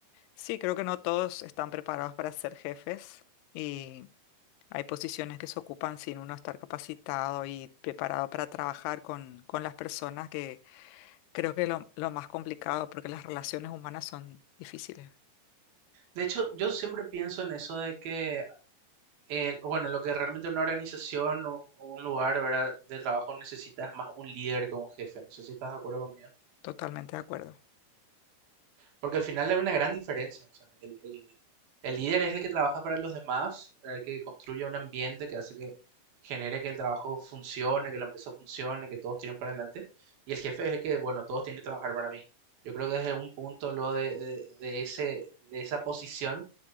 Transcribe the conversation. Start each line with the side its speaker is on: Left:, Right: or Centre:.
Left: Sí, creo que no todos están preparados para ser jefes y hay posiciones que se ocupan sin uno estar capacitado y preparado para trabajar con, con las personas, que creo que es lo, lo más complicado porque las relaciones humanas son difíciles.
Right: De hecho, yo siempre pienso en eso de que eh, bueno, lo que realmente una organización o un, o un lugar, ¿verdad? de trabajo necesita es más un líder que un jefe. No sé si estás de acuerdo conmigo.
Left: Totalmente de acuerdo.
Right: Porque al final hay una gran diferencia. O sea, el, el- el líder es el que trabaja para los demás, el que construye un ambiente que hace que genere que el trabajo funcione, que la empresa funcione, que todos tiren para adelante. Y el jefe es el que, bueno, todos tienen que trabajar para mí. Yo creo que desde un punto lo de, de- de ese, de esa posición